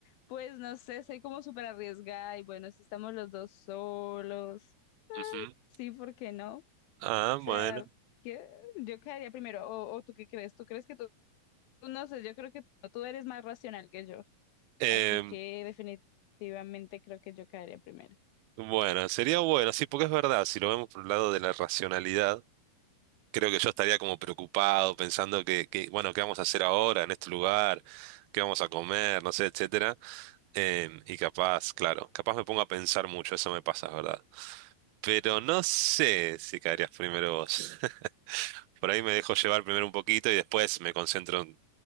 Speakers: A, on the left; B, on the right.
A: Pues no sé, soy como súper arriesgada y bueno, si estamos los dos solos, ah,
B: Ujú.
A: sí, ¿por qué no? O
B: Ah,
A: sea,
B: bueno.
A: que- yo caería primero. O, o tú qué crees? ¿Tú crees que tú? No sé, yo creo que tú eres más racional que yo.
B: Em,
A: Así que definitivamente creo que yo caería primero.
B: bueno, sería bueno, sí, porque es verdad, si lo vemos por el lado de la racionalidad, creo que yo estaría como preocupado, pensando que, que, bueno, ¿qué vamos a hacer ahora en este lugar? ¿Qué vamos a comer? No sé, etcétera. Em, y capaz, claro, capaz me pongo a pensar mucho, eso me pasa, ¿verdad? Pero no sé si caerías primero vos. <laughs> Por ahí me dejo llevar primero un poquito y después me concentro en,